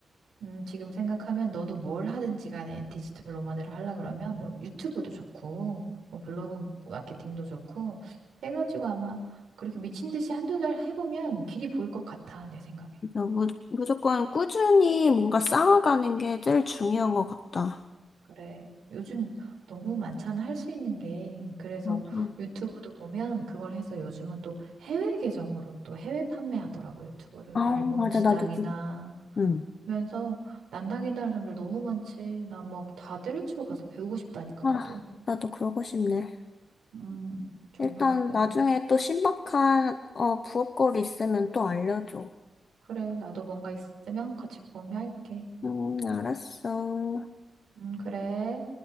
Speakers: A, on the right (about 85°); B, on the left (about 50°).
A: 음, 지금 생각하면 너도 뭘 하든지 간에 디지털 노마드를 하려 그러면 뭐 유튜브도 좋고, 뭐 블로그 마케팅도 좋고, 해가지고 아마 그렇게 미친 듯이 한 두 달 해보면 길이 보일 것 같아, 내 생각에.
B: 진짜 무, 무조건 꾸준히 뭔가 쌓아가는 게 제일 중요한 것 같다.
A: 그래. 요즘 너무 많잖아, 할 수 있는 게. 그래서
B: 맞아.
A: 유튜브도 보면 그걸 해서 요즘은 또 해외 계정으로 또 해외 판매하더라고, 유튜브를.
B: 아,
A: 일본
B: 맞아.
A: 시장이나
B: 나도, 그- 응.
A: 하면서 난당이다는 사람들 너무 많지. 나 막 다 때려치고 가서 배우고 싶다니까,
B: 아,
A: 나도.
B: 나도 그러고 싶네.
A: 음, 정말
B: 일단
A: 그래.
B: 나중에 또 신박한, 어, 부업거리 있으면 또 알려줘.
A: 그래, 나도 뭔가 있으면 같이 공유할게.
B: 응, 알았어.
A: 음, 그래.